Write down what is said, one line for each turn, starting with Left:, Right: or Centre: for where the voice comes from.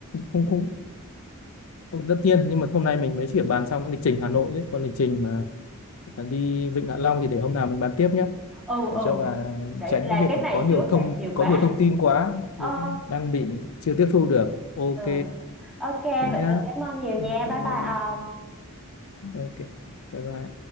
Left: không không không tất nhiên nhưng mà hôm nay mình mới chỉ bàn xong cái lịch trình Hà Nội đấy còn lịch trình mà đi Vịnh Hạ Long thì để hôm nào mình bàn tiếp nhé
Centre: ừ
Left: để
Centre: ừ
Left: cho bà
Centre: để
Left: tránh
Centre: làm
Left: cái việc
Centre: cái này
Left: mà có nhiều
Centre: trước
Left: thông
Centre: để nhiều
Left: có
Centre: quá
Left: nhiều thông tin
Centre: <laughs>
Left: quá
Centre: ờ
Left: vì đang bị chưa tiếp thu được ok
Centre: ừ. ok vậy
Left: thế nhá
Centre: tôi cảm ơn nhiều nha
Left: ok bye
Centre: bye bye
Left: bye
Centre: ông
Left: ok bye bye